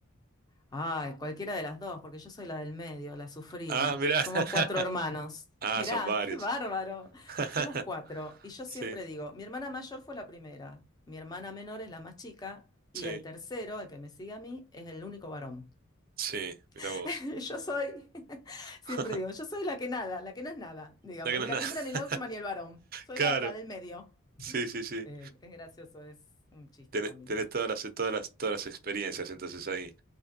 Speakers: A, on the left; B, on the right.
A: Ay, cualquiera de las dos, porque yo soy la del medio, la sufrida.
B: Ah, mirá.
A: Somos
B: <laughs>
A: cuatro hermanos.
B: Ah,
A: Mirá,
B: son varios.
A: qué bárbaro.
B: <laughs>
A: Somos cuatro. Y yo
B: Sí,
A: siempre digo, mi hermana mayor fue la primera, mi hermana menor es la más chica
B: sí,
A: y el tercero, el que me sigue a mí, es el único varón.
B: sí, mira
A: <laughs>
B: vos.
A: Yo soy, <laughs> siempre
B: <laughs>
A: digo, yo soy la que nada, la que no es nada, digamos,
B: No que no
A: ni
B: es
A: la
B: nada.
A: primera,
B: <laughs>
A: ni la última, ni el varón. Soy
B: Claro,
A: la, la del medio.
B: sí, sí, sí.
A: Eh, es gracioso, es un chiste
B: Tenés,
A: familiar.
B: tenés todas las, todas las, todas las experiencias entonces ahí.